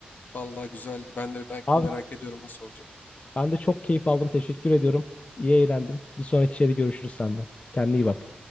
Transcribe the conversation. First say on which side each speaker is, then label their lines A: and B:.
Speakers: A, on the left; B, on the left.
A: Vallahi güzeldi. Ben de bir dahakini
B: Abi
A: merak ediyorum nasıl olacak.
B: ben de çok keyif aldım. Teşekkür ediyorum. İyi eğlendim. Bir sonraki şeyde görüşürüz sende. Kendine iyi bak.